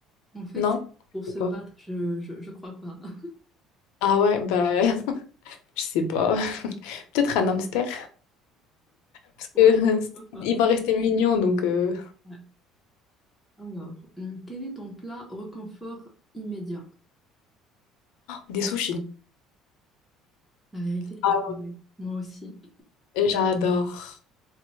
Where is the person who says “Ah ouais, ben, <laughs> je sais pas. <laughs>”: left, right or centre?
Left